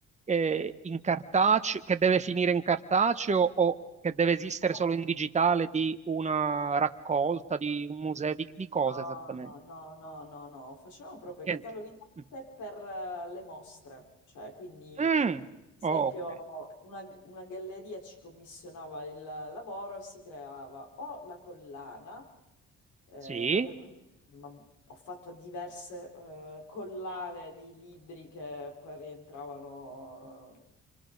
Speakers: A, on the right (about 25°); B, on the left (about 75°).
A: eh, in cartaceo, che deve finire in cartaceo o che deve esistere
B: Di sabato-
A: solo in digitale di una raccolta, di un museo, di, di cosa
B: No,
A: esattamente?
B: no, no, no, no, facevamo proprio
A: Niente.
B: i cataloghi d'arte
A: Mm.
B: per eh, le mostre, cioè quindi
A: Mm.
B: esempio,
A: Ok,
B: una, una galleria ci commissionava il lavoro e si creava o la collana, eh,
A: sì.
B: per cui ma- ho fatto diverse eh, collane di libri che poi rientravano, eh,